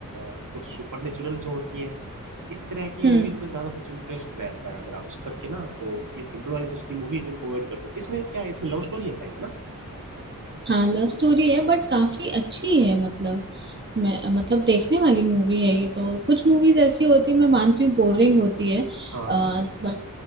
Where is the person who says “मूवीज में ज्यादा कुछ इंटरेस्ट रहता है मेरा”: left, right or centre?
Right